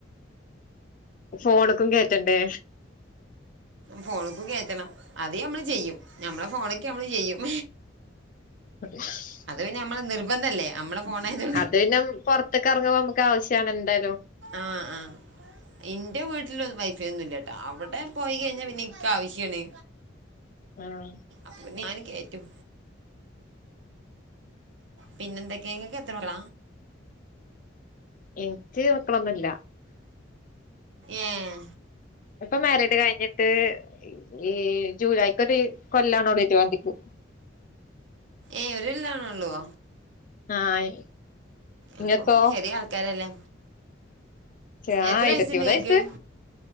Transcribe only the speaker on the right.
ഫോണ്ക്ക് കേറ്റണം അത് മ്മള് ചെയ്യും ഞമ്മളെ ഫോണ്ക്ക്‌ മ്മള് ചെയ്യും
അത് പിന്നെ മ്മളെ നിർബന്ധല്ലേ നമ്മളെ ഫോണിത്
ആഹ് ആഹ് ന്റെ വീട്ടില് വൈഫൈ ഒന്നുംല്ലട്ട അവിടെ പോയി കഴിഞ്ഞാ പിന്നെ ഇനിക്കവശ്യണ്
അപ്പൊ ഞാന് കേറ്റും പിന്നെന്തൊക്കെയങ്ക എത്രക്കള
ഏഹ്
ഏയ് ഒരല്ലാണോള്ളോ.
അപ്പം ചെറിയ ആൾക്കാരല്ലേ.
എത്ര വയസ്ണ്ട്ങ്ങക്ക്.